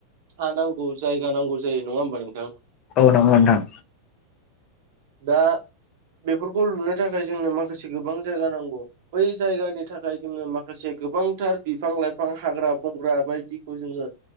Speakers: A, on the right (about 50°); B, on the left (about 35°).
A: हा नांगौ जायगा नांगौ जायो नङा होमबा नोंथां?
B: औ नंगौ नोंथां।
A: दा बेफोरखौ लुनो थाखाय जोंनो माखासे गोबां जायगा नांगौ बै जायगानि थाखाय जोंनो माखासे गोबांथार बिफां लाइफां हाग्रा बंग्रा बायदिखौ जोङो